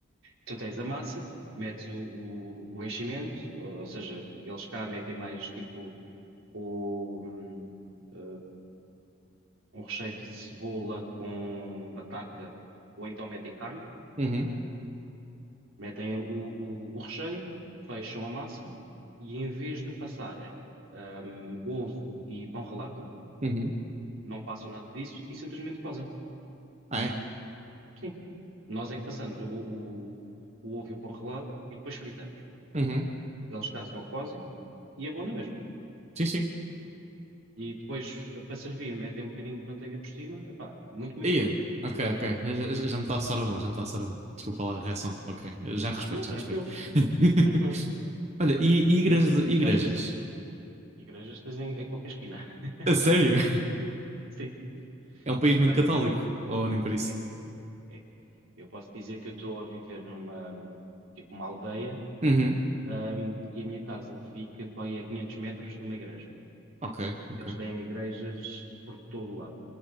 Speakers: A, on the right; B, on the right.
A: Tu tens a massa, metes o, o, o enchimento, ou, ou seja, eles cá metem mais tipo o, hum, eh, um recheio de cebola com batata, ou então metem carne
B: Uhum,
A: Metem o, o- o recheio, fecham a massa e em vez de passarem hum, ovo e pão ralado,
B: uhum.
A: não passam nada disso e simplesmente cozem.
B: Ah, é?
A: Sim. Nós é que passamos o, o- o ovo e o pão ralado e depois fritamos.
B: Uhum.
A: Eles cá só cozem e é bom na mesma.
B: Sim, sim.
A: E depois, para servir, metem um bocadinho de manteiga por cima. Epá, muito, muito
B: Ia.
A: bom.
B: Ok, ok. Já, já- já me está a soar a bom, já me está a soar a bom. Desculpa lá a reação. Ok. Já respeito,
A: Não, tranquilo,
B: já respeito. <laughs>
A: tranquilo.
B: Olha, e, e igrejas,
A: E,
B: e igrejas?
A: e às vezes, a- igrejas tens em, em qualquer esquina. <laughs>
B: A sério?
A: Sim.
B: É um país muito
A: Olha,
B: católico,
A: pá,
B: ou nem por isso?
A: é, É. Eu posso dizer que eu estou a viver numa, hum, tipo, uma aldeia,
B: Uhum.
A: ahm, e a minha casa fica para aí a 500 metros de uma igreja.
B: Ok, ok.
A: Eles têm igrejas por todo o lado.